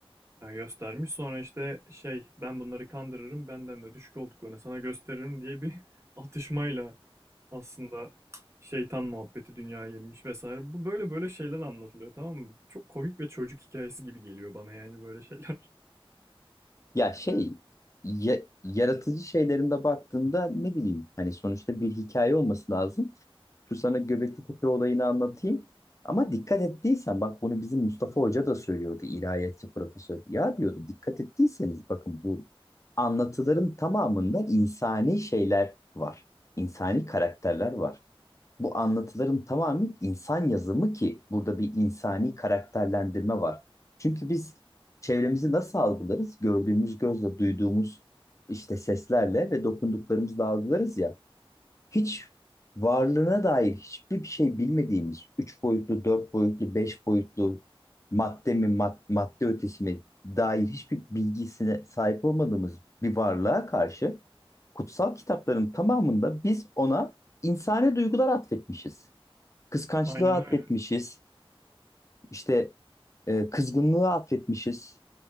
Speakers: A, on the right; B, on the left.
A: Ha, göstermiş. Sonra işte şey ben bunları kandırırım benden de düşük olduklarını sana gösteririm diye bir <laughs> atışmayla aslında şeytan muhabbeti dünyaya yenmiş vesaire. Bu böyle böyle şeyler anlatılıyor tamam mı? Çok komik ve çocuk hikayesi gibi geliyor bana yani böyle şeyler.
B: Ya şey ya- yaratıcı şeylerinde baktığında ne bileyim hani sonuçta bir hikaye olması lazım. Şu sana Göbekli Tepe olayını anlatayım. Ama dikkat ettiysen bak bunu bizim Mustafa Hoca da söylüyordu ilahiyatçı profesör. Ya diyordu dikkat ettiyseniz bakın bu anlatıların tamamında insani şeyler var. İnsani karakterler var. Bu anlatıların tamamı insan yazımı ki burada bir insani karakterlendirme var. Çünkü biz çevremizi nasıl algılarız? Gördüğümüz gözle, duyduğumuz işte seslerle ve dokunduklarımızla algılarız ya hiç varlığına dair hiçbir şey bilmediğimiz 3 boyutlu, 4 boyutlu, 5 boyutlu madde mi, mad- madde ötesi mi dair hiçbir bilgisine sahip olmadığımız bir varlığa karşı kutsal kitapların tamamında biz ona insani duygular atfetmişiz. Kıskançlığı
A: <laughs> Aynen
B: atfetmişiz,
A: öyle.
B: işte e, kızgınlığı atfetmişiz,